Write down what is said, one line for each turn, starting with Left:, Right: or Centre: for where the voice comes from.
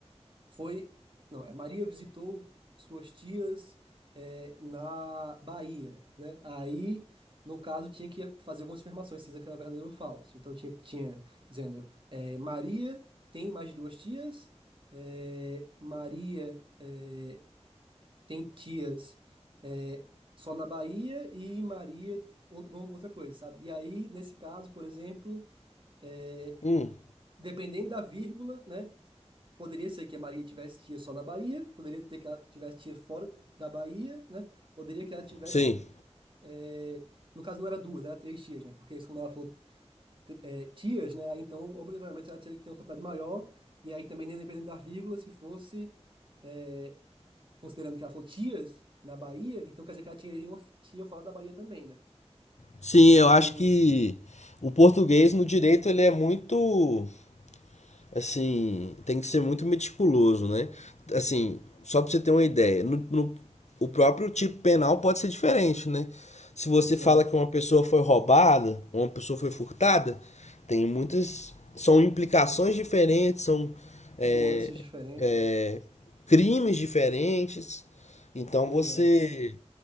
Right: foi, não, é Maria visitou suas tias é, na Bahia, né? Aí, no caso, tinha que fazer algumas afirmações, se isso aqui era verdadeiro ou falso. Então tinha, tinha dizendo, é, Maria tem mais de duas tias, é, Maria é, tem tias é, só na Bahia e Maria outra, alguma outra coisa, sabe? E aí, nesse caso, por exemplo, é,
Left: hum,
Right: dependendo da vírgula, né? Poderia ser que a Maria tivesse tia só na Bahia, poderia ter que ela tivesse tia fora da Bahia, né? Poderia que ela tivesse.
Left: sim.
Right: eh, No caso, não era duas, era três tias, né? Porque como ela falou t- eh, tias, né? Aí então, obrigatoriamente, ela teria que ter uma quantidade maior. E aí também, nem dependendo da vírgula, se fosse. eh, Considerando que ela falou tias na Bahia, então quer dizer que ela tinha uma tia fora da Bahia também, né?
Left: Sim,
Right: Então
Left: eu
Right: tem.
Left: acho que o português no direito ele é muito assim, tem que ser muito meticuloso, né? Assim, só pra você ter uma ideia, no, no- o próprio tipo penal pode ser diferente, né? Se você
Right: Exato.
Left: fala que uma pessoa foi roubada, uma pessoa foi furtada, tem muitas. São implicações diferentes, são é,
Right: Nuances diferentes,
Left: é,
Right: né?
Left: crimes diferentes. Então
Right: Exato.
Left: você